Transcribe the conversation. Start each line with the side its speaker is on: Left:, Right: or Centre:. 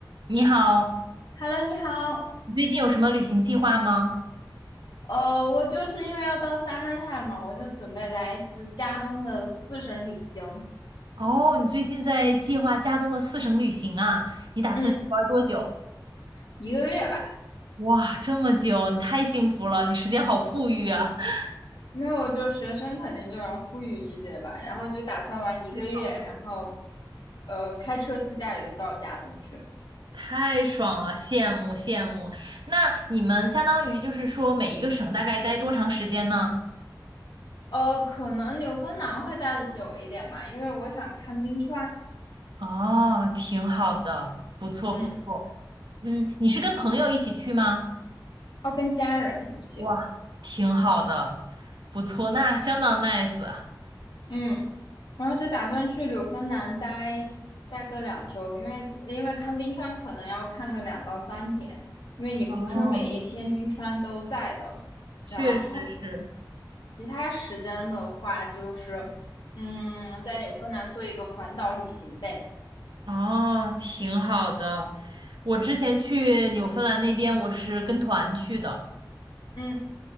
Right: 你好，
Left: Hello，你好。
Right: 你最近有什么旅行计划吗？
Left: 呃，我就是因为要到 summertime 嘛，我就准备来一次加东的四省旅行，
Right: 哦，你最近在计划加东的四省旅行啊？你打算去玩多久？
Left: 嗯，一个月吧。
Right: 哇，这么久，你太幸福了，你时间好富裕啊，<laughs>
Left: 没有，我就学生肯定就要富裕一些吧，然后就打算玩一个月，
Right: 太爽了，
Left: 然后呃开车自驾游到加东去。
Right: 太爽了，羡慕羡慕。那你们相当于就是说每一个省大概待多长时间呢？
Left: 呃，可能纽芬兰会待的久一点吧，因为我想看冰川，
Right: 哦，挺好的，不错不错。
Left: 嗯，
Right: 嗯，你是跟朋友一起去吗？
Left: 要跟家人一起，
Right: 哇，挺好的，不错，那相当 nice 啊
Left: 嗯。然后就打算去柳芬兰待待个两周，因为因为看冰川可能要看个两到三天，因为你不是每一天冰川都在的。
Right: 哦。确实是，
Left: 然后其他时间的话，就是嗯，在纽芬兰做一个环岛旅行呗。
Right: 哦，挺好的。我之前去纽芬兰那边，我是跟团去的，
Left: 嗯，